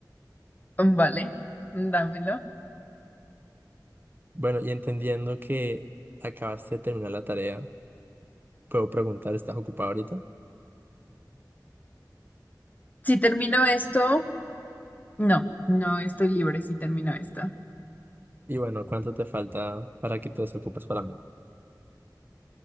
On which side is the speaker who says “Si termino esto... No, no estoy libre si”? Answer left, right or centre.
Left